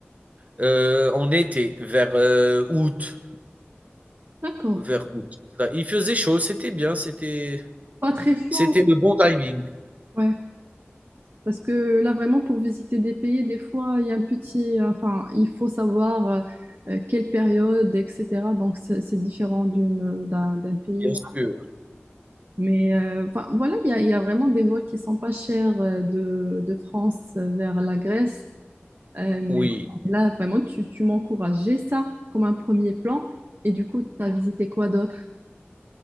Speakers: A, on the right; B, on the right.
A: Heu, on était vers, heu, août,
B: D'accord.
A: vers août. Bah, il faisait chaud, c'était bien, c'était
B: Pas très chaud.
A: c'était le bon timing,
B: Ouais. Parce que là, vraiment, pour visiter des pays, des fois, il y a un petit, enfin, il faut savoir euh, euh, quelle période, etc. Donc, c'est c'est différent d'une, d'un, d'un pays
A: bien sûr.
B: Mais euh, enfin, voilà, il y a, il y a vraiment des vols qui sont pas chers euh, de, de France vers la Grèce. Euh, mais
A: Oui.
B: là, vraiment, tu, tu m'encourageais ça comme un premier plan. Et du coup, tu as visité quoi d'autre?